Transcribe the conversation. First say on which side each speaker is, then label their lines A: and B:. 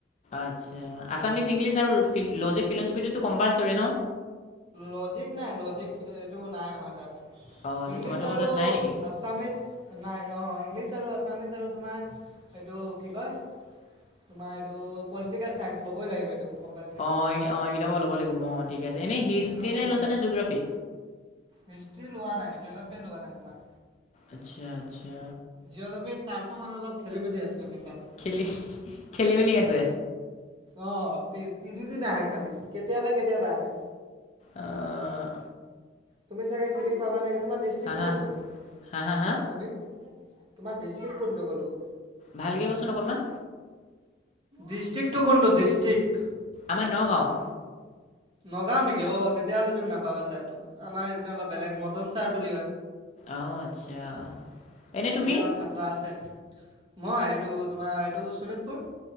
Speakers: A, on the left (about 35°); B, on the right (about 30°).
A: আচ্ছা আছামিছ ইংলিছ আৰু লজিক ফিলচফিটোতো কম্পালচৰী ন।
B: লজিক নাই লজিক এইটো নাই আমাৰ তাত
A: অঁ আচ্ছা
B: ইংলিছ
A: তোমাৰতো
B: আৰু
A: তাত নাই নেকি
B: আছামিচ নাই অ ইংলিছ। আৰু আছামিছ আৰু তোমাৰ এইটো কি কয়। তোমাৰ এইটো পলিটিকেল চাইঞ্চ ল'বই লাগিব এইটো। কম্পালচৰি।
A: অ অ এই কেইটা পৰা ল'ব লাগিব ম। ঠিক আছে এনেই হিষ্ট্ৰি
B: এইটো ল'লোঁ
A: নে লৈছানে
B: বাৰু
A: জোগ্ৰাফী।
B: হিষ্ট্ৰী লোৱা নাই যোগাফ্ৰি লোৱা নাই তোমাৰ
A: আচ্ছা আচ্ছা।
B: জিঅ'গাফ্ৰি চাৰ টো মানে অলপ খেলি মেলি আছে মানে।
A: খেলি খেলি মেলি আছে।
B: আহ তিনিদিন আহে খালি কেতিয়াবা কেতিয়াবা আহে।
A: আহ,
B: তুমি চাগে চিনি পাবা নেকি তোমাৰ দৃষ্টিটো
A: হা হা
B: কোনটো তুমি।
A: হা হা হা
B: তোমাৰ দিষ্ট্ৰিক কোনটো বো'লো?
A: ভালকে ক চোন অকনমান।
B: ডিষ্ট্ৰিক্টতো কোনটো ডিষ্ট্ৰিক?
A: আমাৰ নগাঁও।
B: নগাও নেকি? অ তেতিয়াহ'লে তুমি নাপাবা ছাৰটো আমাৰ এইপিনে অলপ বেলেগ মদন ছাৰ বুলি কয়।
A: অঁ আচ্ছা এনে তুমি
B: ই অলপ খাতৰা আছে। মই এইটো তোমাৰ এইটো শোণিতপুৰ।